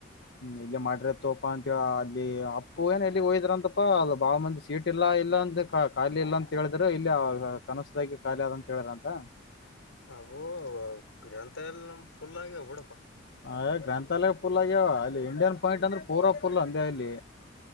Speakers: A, on the left; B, on the left.
A: ಹ್ಮ ಇಲ್ಲೇ ಮಾಡ್ರ ಆತೋಪ್ಪಾ ಅಂತ ಅಲ್ಲಿ ಅಪ್ಪು ಏನ ಎಲ್ಲಿ ಹೋಗಿದ್ರ ಅಂತಪ್ಪ ಅದು ಬಾಳ ಮಂದಿ ಸೀಟ್ ಇಲ್ಲಾ ಇಲ್ಲ ಅಂದ ಹಾ ಖಾಲಿ ಇಲ್ಲಾ ಅಂತ ಹೇಳಿದ್ರ ಇಲ್ಲಿ ಕನಸ್ದಾಗ ಖಾಲಿ ಅದಂತ ಹೇಳಿದ್ರ ಅಂತ.
B: ಅವು ಗ್ರಂಥಲಯ ನಮ್ಮ ಫುಲ್ ಆಗ್ಯವ ಬಿಡಪ್ಪ.
A: ಅಯ ಗ್ರಂಥಾಲಯ ಪುಲ್ ಆಗ್ಯಾವ ಅಲ್ಲಿ ಇಂಡಿಯನ್ ಪಾಯಿಂಟ್ ಅಂದ್ರೆ ಪೂರ ಪುಲ್ ಅಂದೇ ಅಲ್ಲಿ.